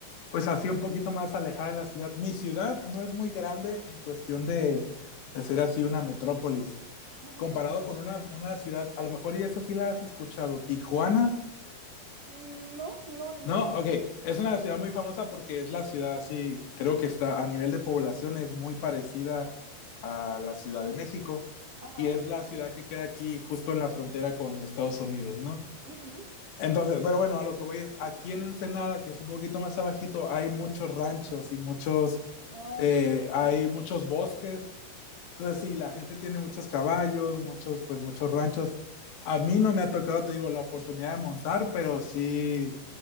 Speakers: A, on the left; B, on the right.
A: pues así un poquito más alejada de la ciudad. Mi ciudad no es muy grande en cuestión de, de ser así una metrópolis.
B: Ujú.
A: comparado con una, una ciudad, a lo mejor y esa sí la has escuchado, Tijuana.
B: Mm, No, no, no.
A: No, ok, es una ciudad muy famosa porque es la ciudad, sí, creo que está a nivel de población es muy parecida a la Ciudad de México
B: Ajá.
A: y es la ciudad que queda aquí justo en la frontera con Estados Unidos, ¿no?
B: ujú.
A: Entonces, pero bueno, a lo que voy es, aquí en Ensenada, que es un poquito más abajito, hay muchos ranchos y muchos,
B: Ay,
A: eh,
B: qué
A: hay
B: lindo.
A: muchos bosques Entonces sí, la gente tiene muchos caballos, muchos, pues muchos ranchos. A mí no me ha tocado, te digo, la oportunidad de montar, pero sí,